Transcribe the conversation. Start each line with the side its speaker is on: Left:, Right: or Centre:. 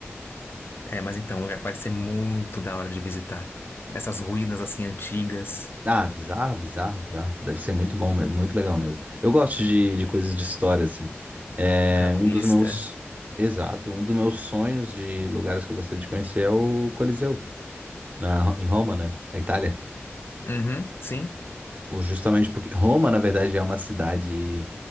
Left: É, mas então, o lugar parece ser muito da hora de visitar. Essas ruínas assim antigas,
Right: Ah, bizarro, bizarro, bizarro. Deve ser muito bom, mesmo, muito legal mesmo. Eu gosto de, de coisas de história, assim. É
Left: à vista.
Right: um dos meus. Exato, um dos meus sonhos de lugares que eu gostaria de conhecer é o Coliseu, na, em Roma, né? Na Itália.
Left: Uhum, sim.
Right: Por- Justamente porque Roma, na verdade, é uma cidade